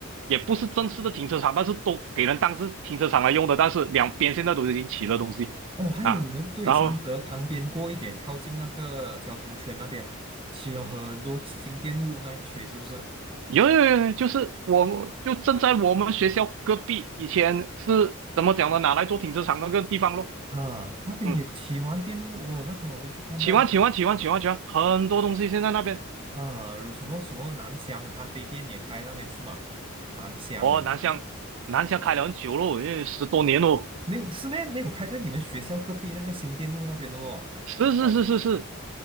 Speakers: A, on the right (about 65°); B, on the right (about 25°).
A: 也不是正式的停车场，但是都给人当是停车场来用的，但是两边现在都已经起了东西啊。
B: 哦，还有你们对三德旁边过一点，
A: 然后
B: 靠近那个交通圈那边，起了很多新店雾那一区，是不是？
A: 有有有，有就是我就正在我们学校隔壁，以前是怎么讲的？拿来做停车场那个地方咯。
B: 啊，那边也起完店雾哦。
A: 嗯，
B: 那天我回去看到，
A: 喜欢喜欢喜欢喜欢喜欢，很多东西现在那边
B: 啊，有什么什么南香咖啡店也开那边是吗？南香嗯
A: 哦，南翔南翔开了很久咯，因为十多年咯。
B: 没有是咩？没有开在你们学校隔壁那个新店路那边的哦。
A: 是是哦是是是，